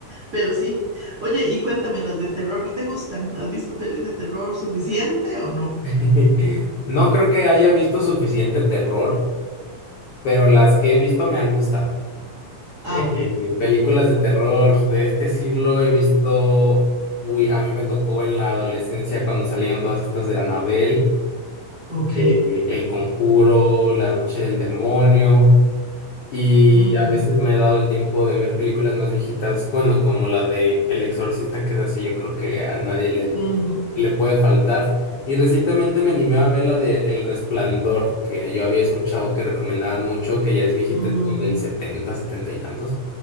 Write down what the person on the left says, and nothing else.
<laughs> No creo que haya visto suficiente terror, pero las que he visto me han gustado.
Eh,
películas de terror de este siglo he visto, uy, a mí me tocó en la adolescencia cuando salieron todas estas de Anabel.
de El Conjuro, La Noche del Demonio, y
a veces me he dado el tiempo de ver películas más viejitas, bueno, como la de El Exorcista, que es así, yo creo que a nadie le,
le puede faltar. Y recientemente me animé a ver la de El Resplandor, que yo había escuchado que recomendaban mucho, que ya es viejita,
es como del setenta setenta y tantos.